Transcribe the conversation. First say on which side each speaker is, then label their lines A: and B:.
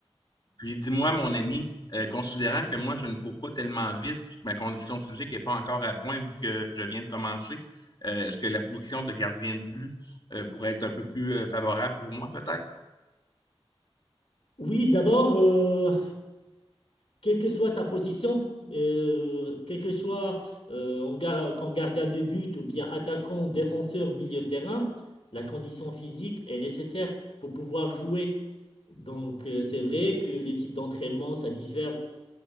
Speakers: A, on the left; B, on the left.
A: Puis dis-moi, mon ami, euh, considérant que moi, je ne cours pas tellement vite, puis que ma condition physique n'est pas encore à point vu que je viens de commencer, euh, est-ce que la position de gardien de but euh, pourrait être un peu plus euh, favorable pour moi, peut-être?
B: Oui, d'abord, euh, quelle que soit ta position, euh, quel que soit euh, en gar- qu'en gardien de but ou bien attaquant, défenseur, milieu de terrain, la condition physique est nécessaire pour pouvoir jouer. Donc, euh, c'est vrai que les types d'entraînement, ça diffère